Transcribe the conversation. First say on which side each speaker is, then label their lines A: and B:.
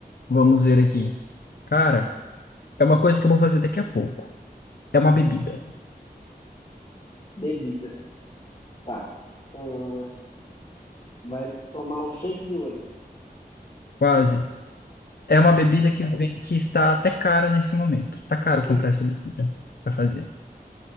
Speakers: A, on the left (about 70°); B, on the left (about 35°).
A: Vamos ver aqui. Cara, é uma coisa que eu vou fazer daqui a pouco. É uma bebida.
B: Bebida. Tá. Hum, vai tomar um shake de whey.
A: Quase. É uma bebida que vem, que está até cara nesse momento. Tá caro
B: <laughs>
A: comprar essa bebida para fazer.